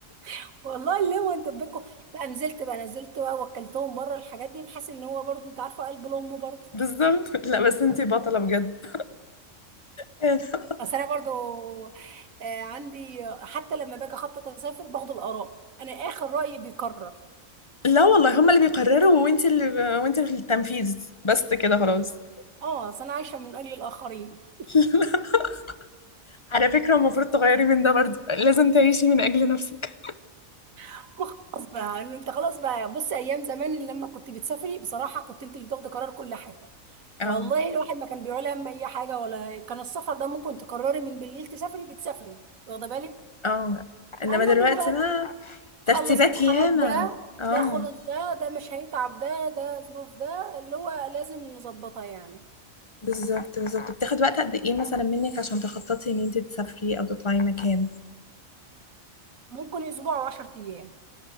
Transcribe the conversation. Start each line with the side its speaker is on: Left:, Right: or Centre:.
Right: <laughs> والله اللي هو انتوا بكوا بقى نزلت بقى نزلت بقى واكلتهم بره الحاجات دي بحس ان هو برضه انت عارفه قلب الام برضه
Left: بالظبط لا بس انتي بطله بجد <laughs>
Right: بس انا برضه آه، عندي حتى لما باجي اخطط اسافر باخد الاراء انا اخر رايي بيكرر
Left: لا والله هما اللي بيقرروا وانت اللي ب... وانت في التنفيذ بس كده خلاص
Right: اه اصل انا عايشه من اجل الاخرين
Left: <laughs> على فكرة المفروض تغيري من ده برضه لازم تعيشي من أجل نفسك
Right: <laughs> خلاص بقى إن انت خلاص بقى بص ايام زمان لما كنت بتسافري بصراحه كنت انت اللي بتاخدي قرار كل حاجه
Left: اه
Right: والله الواحد ما كان بيقول هم اي حاجه ولا كان السفر ده ممكن تقرري من بالليل تسافري بتسافري واخده بالك
Left: اه انما
Right: اما
Left: دلوقتي
Right: دلوقتي
Left: ما
Right: خلص
Left: ترتيبات
Right: امتحانات
Left: ياما
Right: ده
Left: اه
Right: ده خلص ده ده مش هيتعب ده ده ظروف ده اللي هو لازم نظبطها يعني
Left: بالظبط بالظبط بتاخد وقت قد ايه مثلا منك عشان تخططي ان انت تسافري او تطلعي مكان
Right: ممكن اسبوع وعشر ايام